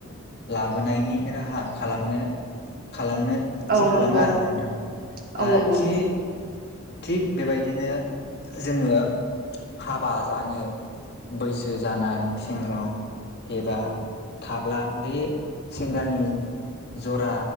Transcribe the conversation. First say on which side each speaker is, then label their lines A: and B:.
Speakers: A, on the left; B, on the right.
A: लाबोनायनि राहा खालामनो खालामनो
B: औ
A: थि खालामो
B: नंगौ
A: आरोना नोंथां
B: औ
A: आरो
B: नंगौ
A: थि थिग बेबायदिनो जोङो हाबा जानो बैसो जानाय सेंग्रा एबा थाब्ला बे सेंग्रानि जरा